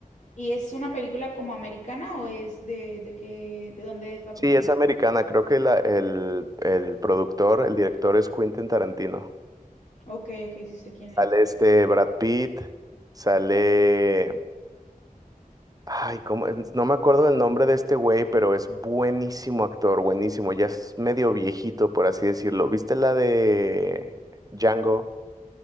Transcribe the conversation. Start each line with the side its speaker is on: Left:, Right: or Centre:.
Left: ¿Y es una película como americana o es de, de qué, de dónde es la
Right: Sí,
Left: película?
Right: es americana, creo que la- el, el productor, el director es Quentin Tarantino.
Left: Ok, ok, sí sé quién
Right: Sale
Left: es.
Right: este Brad Pitt, sale Ay, cómo es- no me acuerdo el nombre de este güey, pero es buenísimo actor, buenísimo. Ya es medio viejito, por así decirlo. ¿Viste la de Django?